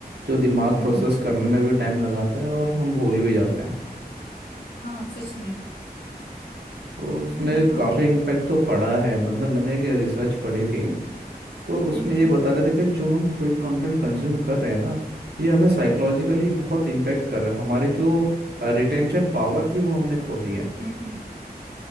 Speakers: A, on the right; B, on the left.
A: जो दिमाग
B: हम्म
A: प्रोसेस करने में भी टाइम लगाता है और हम भूल भी जाते हैं
B: हाँ सच में
A: तो इसमें
B: ये तो
A: काफ़ी
B: है
A: इम्पैक्ट तो पड़ा है मतलब मैंने एक रिसर्च पढ़ी थी तो उसमें
B: हम्म हम्म
A: ये बता रहे थे कि जो हम कोई कंटेंट कंज्यूम कर रहे हैं ना ये हमें साइकोलॉजिकली बहुत इम्पेक्ट कर रहा है हमारी जो रिटेंशन पावर थी वो हमने खो दी है
B: हम्म हम्म